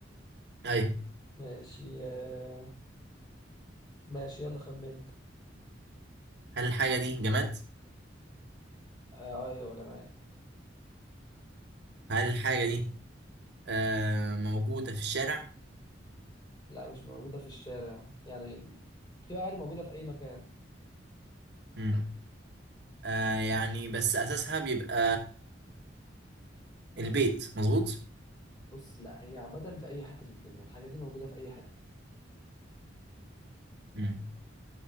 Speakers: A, on the right; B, on the left.
A: ايوه
B: ماشي آه، ماشي يلا خمنت
A: هل الحاجة دي جماد؟
B: آه، ايوه يا جماد
A: هل الحاجة دي آه موجودة في الشارع؟
B: لا مش موجوده في الشارع يعني بتبقى عادي موجوده في اي مكان
A: مم. آه يعني بس أساسها بيبقى البيت مظبوط؟
B: بص لا هي عامه في اي حته في الدنيا الحاجه دي موجوده في اي حته
A: مم.